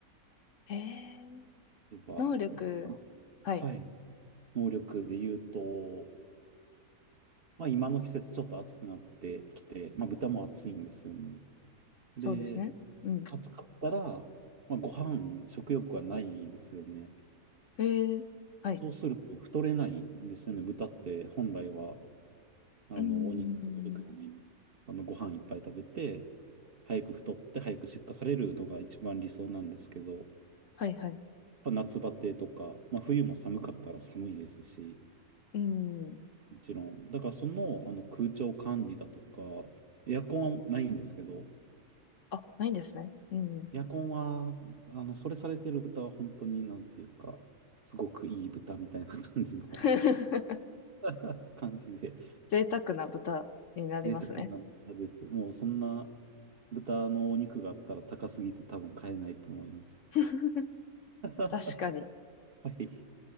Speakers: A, on the left; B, on the right.
A: えー、
B: 例えば、
A: 能力。
B: あ
A: はい。
B: はい、能力で言うと、まあ今の季節ちょっと暑くなってきて、まあ豚も暑いんですよね。で、
A: そうですね。うん。
B: 暑かったら、まあ、ご飯、食欲はないですよね。
A: えー、はい。
B: そうすると太れないんですよね。豚って本来は、あの、
A: うーん。
B: お肉、お肉じゃないな。あの、ご飯いっぱい食べて、早く太って早く出荷されるのが一番理想なんですけど、
A: はいはい。
B: まあ夏バテとか、まあ、冬も寒かったら寒いですし、
A: うーん。
B: もちろん。だからその、あの空調管理だとか、エアコンはないんですけど、
A: あ、ないんですね。うん。
B: エアコンは、あの、それされてる豚は本当になんていうか、すごくいい豚みたいな感じの
A: <laughs>
B: <laughs> 感じで、<laughs>
A: 贅沢な豚になりますね。
B: 贅沢な豚です。もうそんな豚のお肉があったら高すぎて多分買えないと思います。
A: <laughs>
B: <laughs>
A: 確かに。
B: はい。